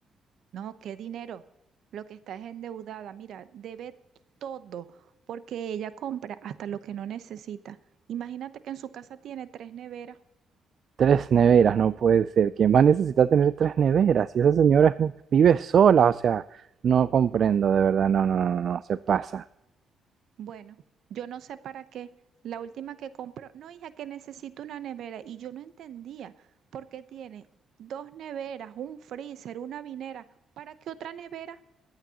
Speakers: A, on the right; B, on the right.
A: No, qué dinero. Lo que está es endeudada. Mira, debe todo porque ella compra hasta lo que no necesita. Imagínate que en su casa tiene tres neveras.
B: Tres neveras, no puede ser. ¿Quién más necesita tener tres neveras? Y esa señora es un- vive sola, o sea, no comprendo, de verdad, no, no, no, no, no, se pasa.
A: Bueno, yo no sé para qué. La última que compró, no, hija, que necesito una nevera. Y yo no entendía por qué tiene dos neveras, un freezer, una vinera. ¿Para qué otra nevera?